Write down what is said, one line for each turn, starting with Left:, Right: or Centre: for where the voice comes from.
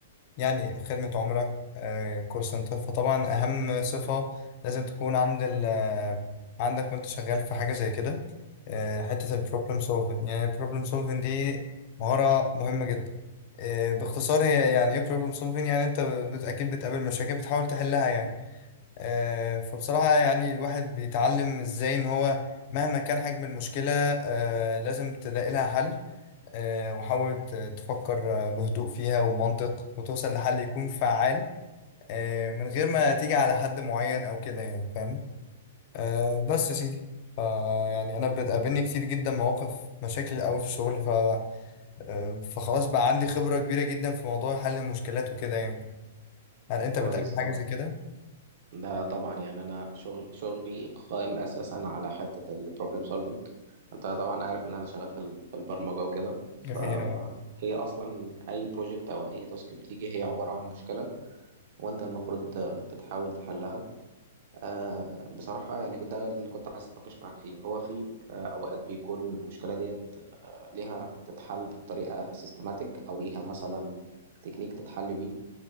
Left: يعني خدمة عملاء آه، كول سنتر فطبعا أهم صفة لازم تكون عند ال آه، عندك وأنت شغال في حاجة زي كده آه، حتة البروبلم سولفين يعني البروبلم سولفين دي مهارة مهمة جدا آه، باختصار هي يعني إيه بروبلم سولفين يعني أنت بت- أكيد بتقابل مشاكل بتحاول تحلها يعني آه، فبصراحة يعني الواحد بيتعلم إزاي إن هو مهما كان حجم المشكلة آه، لازم تلاقي لها حل آه، وحاول ت- تفكر آه، بهدوء فيها ومنطق وتوصل لحل يكون فعال آه، من غير ما تيجي على حد معين او كده يعني فاهم آه، بس يا سيدي ف- يعني انا بتقابلني كتير جدا مواقف مشاكل قوي في الشغل ف آه، فخلاص بقى عندي خبرة كبيرة جدا في موضوع حل المشكلات وكده يعني هل انت
Right: كويس
Left: بتقابل حاجة
Right: أوي
Left: زي كده
Right: ده طبعا يعني انا شغل شغلي قائم اساسا على حته البروبلم سولفينج انت طبعا عارف ان انا شغال في ال- في البرمجه وكده فهي
Left: جميل
Right: اصلا اي بروجكت او اي تاسك بتيجي هي عباره عن مشكله وانت المفروض بتحاول تحلها آه، بصراحه يعني ده اللي كنت عايز اتناقش معاك فيه هو في آه، اوقات بيكون المشكله ديت ليها تتحل بطريقه سيستماتيك او ليها مثلا تكنيك تتحل بيه